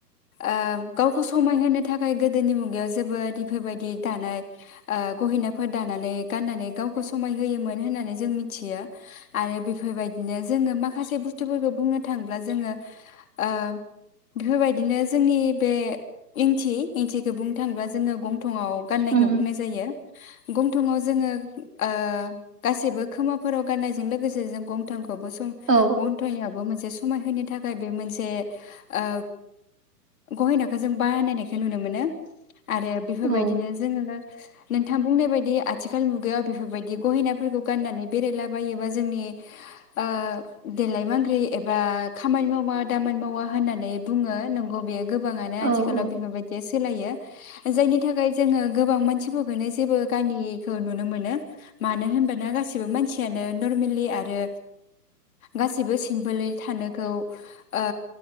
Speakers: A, on the left (about 55°); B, on the right (about 80°).
A: ओ गावखौ समायहोनो थाख खाय गोदोनि मुगायाव जोबोद बेफोरबायदि दानाय ओ गहिनाफोर दानानै गाननानै गावखौ समाय होयोमोन होननानै जों मिथियो आरो बेफोरबायदिनो जोङो माखासे बुस्थुफोरखौ बुंनो थाङोब्ला जोङो ओ बेफोरबायदिनो जोंनि बे इंथि इंन्थिखौ बुंनो थाङोबा जोङो गं न्थङाव गान्नायखौ
B: उम
A: बुंनाय जायो गन्थंआव जोङो ओ गासैबो खोमाफोराव गाननायजों लोगोसे जों गंथं याव बो जों
B: औ
A: गन्थंनियाबो मोनसे समायहोनो थाखाय बे मोनसे ओ गहेनाखौ जों बाहानायनाय खो नुनो मोनो आरो बेफोरबायदिनो
B: औ
A: जोङो नोंथां बुंनाय बायदि आथिखाल मुगायाव बेफोरबायदि गहिनाफोरखौ गाननानै बेरायलाबायोबा जोंनि ओ देलाय मांग्रि एबा खामानि मावा दामानि मावा होननानै बुङो नंगौ बेयो गोबाङानो आथिखालाव
B: औ औ
A: बेफोरबाय गेस सोलायो जायनि थाखाय जोङो गोबां मानसिफोरखोनो जेबो गानिखौ नुनो मोनो मानो होनबाना गासिबो मानसियानो नरमेलि आरो गासैबो सिम्पोल थानायखौ ओ